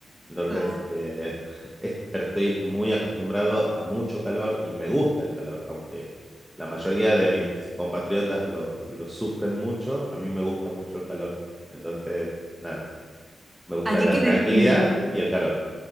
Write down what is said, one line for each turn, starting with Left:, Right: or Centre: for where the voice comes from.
Centre: Entonces,
Right: Claro.
Centre: eh, <laughs> es- pero estoy muy acostumbrado a mucho calor y me gusta el calor, aunque la mayoría de mis compatriotas lo, lo sufren mucho, a mí me gusta mucho el calor. Entonces, nada, me gusta
Right: ¿Allí
Centre: la
Right: qué
Centre: tranquilidad
Right: destino?
Centre: y el calor.